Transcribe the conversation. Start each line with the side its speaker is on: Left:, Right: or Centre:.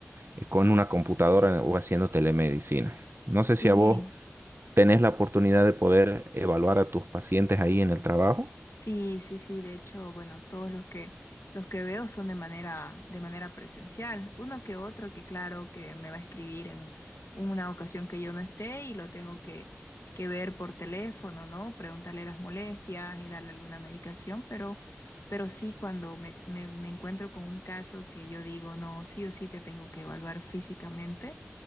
Right: eh, con una computadora o haciendo telemedicina. No
Left: Sí.
Right: sé si a vos tenés la oportunidad de poder evaluar a tus pacientes ahí en el trabajo.
Left: Sí, sí, sí, de hecho, bueno, todos los que los que veo son de manera de manera presencial. Uno que otro que claro que me va a escribir en una ocasión que yo no esté y lo tengo que que ver por teléfono, ¿no? Preguntarle las molestias y darle alguna medicación, pero pero sí cuando me me, me encuentro con un caso que yo digo, no, sí o sí te tengo que evaluar físicamente